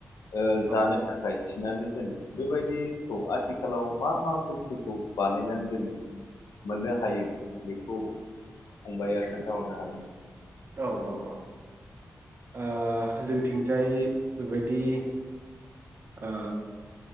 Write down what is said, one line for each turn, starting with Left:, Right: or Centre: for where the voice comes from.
Left: ओ
Right: औ
Left: जानो थाखाय। थिनानै दोनो बेबायदिखौ आथिखालाव मा मा बुस्थुखौ बानायनानै दोनो मोननो हायो बेखौ फंबाया खोन्थाहरनो हागोन।
Right: औ औ औ ओ जोंथिंजाय बेबायदि ओ